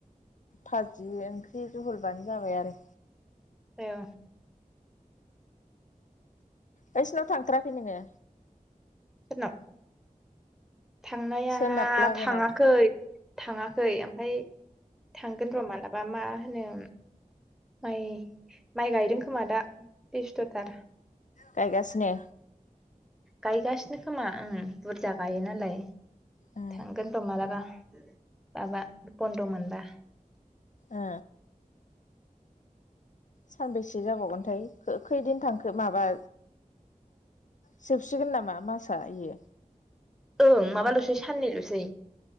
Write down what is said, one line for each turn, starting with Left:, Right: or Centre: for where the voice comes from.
Left: फाजि ओंख्रि जहलबानो जाबाय आरो
Centre: औ
Left: बैसिनाव थांथाराखै नोङो?
Centre: सोरनाव? थांनाया
Left: सोनाब लागोनाव
Centre: थाङाखै थाङाखै ओमफ्राय थांगोन र' मालाबा मा होनो उम माइ माइ गायदों खोमा दा बेस्थ'थार।
Left: गायगासिनो
Centre: गायगासिनो खोमा ओं बुरजा गायो नालाय
Left: ओ
Centre: थांगोन र मालाबा। माबा बन्द' मोनबा।
Left: ओ सानबेैसे जाबावगोनथाय खो खो खैदिन थांखो माबा जोबसिगोन नामा माासआ इयो?
Centre: ओं माबाल'सै साननैल'सै